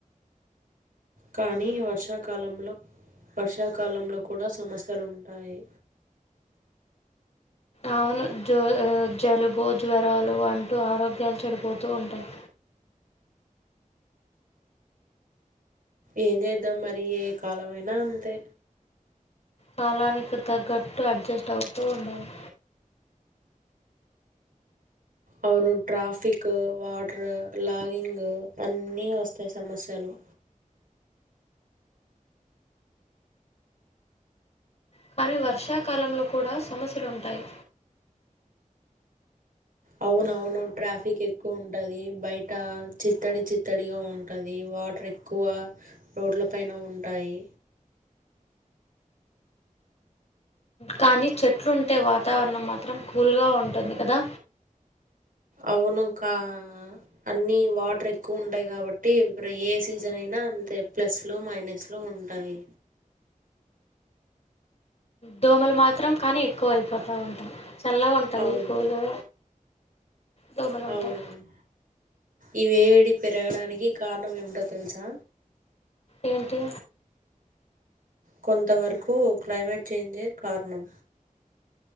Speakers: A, on the right (about 80°); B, on the left (about 50°).
A: కానీ వర్షాకాలంలో వర్షాకాలంలో కూడా సమస్యలుంటాయి
B: అవును జ జలుబు జ్వరాలు అంటూ ఆరోగ్యాలు చెడిపోతూ ఉంటాయి
A: ఏం చేద్దాం మరి ఏ కాలమైనా అంతే
B: కాలానికి తగ్గట్టు అడ్జస్ట్ అవుతూ ఉండాలి
A: అవును ట్రాఫిక్ వాటర్ లాగింగ్ అన్నీ వస్తాయి సమస్యలు
B: కానీ వర్షాకాలంలో కూడా సమస్యలుంటాయి
A: అవునవును ట్రాఫిక్ ఎక్కువ ఉంటది బయ బయట చిత్తడి చిత్తడిగా ఉంటది వాటర్ ఎక్కువ రోడ్ల పైన ఉంటాయి
B: కానీ చెట్లుంటే వాతావరణం మాత్రం కూల్ గా ఉంటది కదా
A: అవును ఒక అన్నీ వాటర్ ఎక్కువ ఉంటాయి కాబట్టి ఇప్పుడు ఏ సీజన్ అయినా అంతే ప్లస్లో మైనస్లో ఉంటాయి
B: దోమలు మాత్రం కానీ ఎక్కువ అయిపోతా ఉంటాయి చల్లగా ఉంటుంది
A: అవును
B: కూలు దోమలు ఉంటాయి
A: అవునవును ఈ వేడి పెరగడానికి కారణం ఏమిటో తెలుసా
B: ఏంటి
A: కొంత వరకు క్లైమేట్ చేంజే కారణం